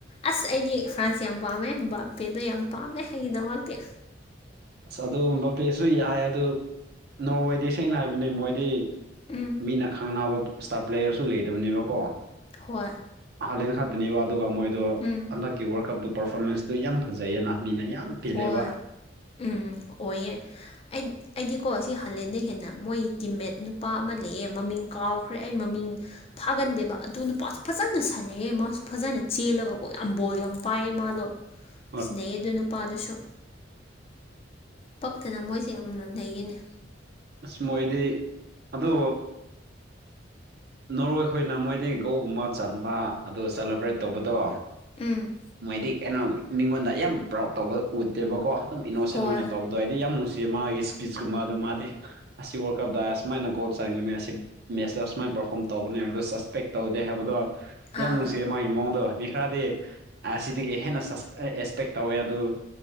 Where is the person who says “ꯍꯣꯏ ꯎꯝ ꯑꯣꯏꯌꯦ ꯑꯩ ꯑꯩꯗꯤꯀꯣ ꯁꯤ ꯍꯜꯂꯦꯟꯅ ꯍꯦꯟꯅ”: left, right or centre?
Left